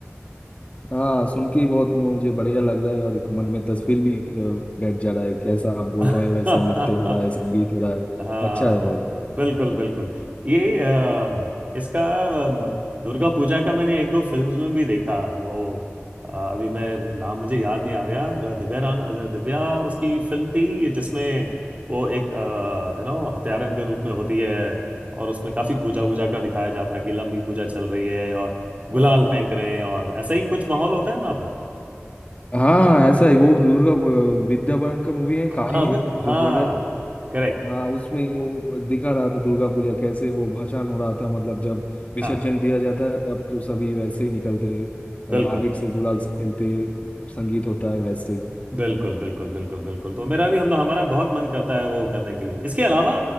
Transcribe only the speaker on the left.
हाँ सुन के ही बहुत मुझे बढ़िया लग रहा है और एक मन में तस्वीर भी अ, बैठ जा रहा है कैसा आप बोल रहे
हैं वैसा
नृत्य हो रहा है संगीत हो रहा है
अच्छा है बहुत
हाँ हाँ ऐसा ही वो दुर्गा वो विद्या बालन का मूवी है काहिनी
जो
बोल रहे
हाँ उसमें वो वो दिखा रहा था दुर्गा पूजा कैसे वो भाषण हो रहा था मतलब जब विसर्जन
दिया जाता है तब तो सभी वैसे ही निकलते हैं
अ, अबीर से गुलाल से खेलते संगीत होता है वैसे ही